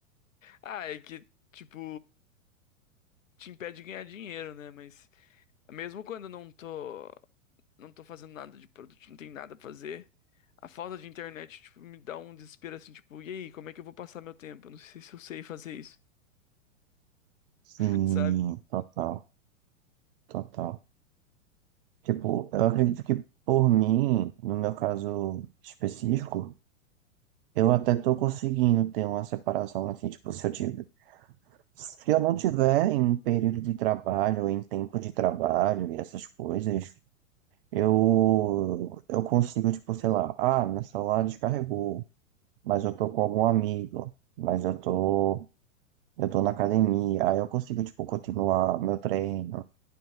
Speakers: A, on the left; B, on the right.
A: Ah, é que, tipo, te impede de ganhar dinheiro, né? Mas mesmo quando eu não tô, não tô fazendo nada de produto, não tem nada pra fazer, a falta de internet, tipo, me dá um desespero assim, tipo, e aí, como é que eu vou passar meu tempo? Eu não sei se eu sei fazer isso,
B: Sim,
A: <laughs> sabe?
B: total, total. Tipo, eu acredito que por mim, no meu caso específico, eu até tô conseguindo ter uma separação, assim, tipo, se eu, ti- Se eu não tiver em período de trabalho, em tempo de trabalho e essas coisas, eu eu consigo, tipo, sei lá, ah, meu celular descarregou, mas eu tô com algum amigo, mas eu tô eu tô na academia, aí eu consigo, tipo, continuar meu treino.